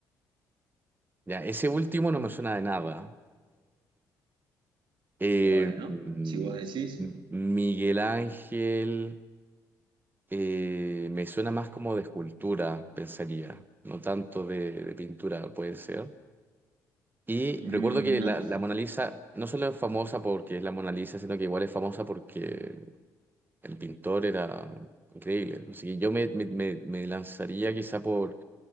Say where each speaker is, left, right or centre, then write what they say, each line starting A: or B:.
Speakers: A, on the right; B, on the right.
A: Ya, ese último no me suena de nada. Eh,
B: Bueno,
A: mm,
B: si vos decís,
A: Miguel Ángel eh, me suena más como de escultura, pensaría, no tanto de, de pintura, puede ser. Y
B: mm,
A: recuerdo que
B: no.
A: la, la Mona Lisa no solo es famosa porque es la Mona Lisa, sino que igual es famosa porque el pintor era increíble. Así que yo me, me- me- me lanzaría quizá por,